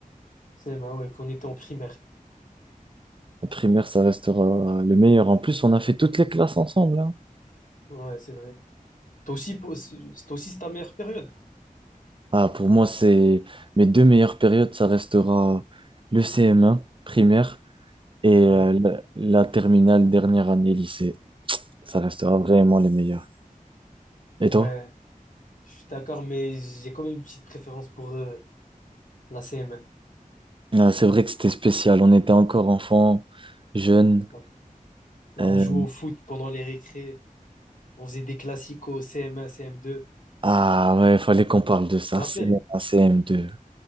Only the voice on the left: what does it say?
C'est bah ouais, qu'on était en primaire.
Ouais, c'est vrai. Toi aussi, po- c'est aussi ta meilleure période.
Ouais,
ouais,
je suis d'accord, mais j'ai quand même une petite préférence pour euh, la CM1.
Ouais, On
jouait au foot pendant les récrés, on faisait des classiques au CM1, cm deux
Je te rappelle,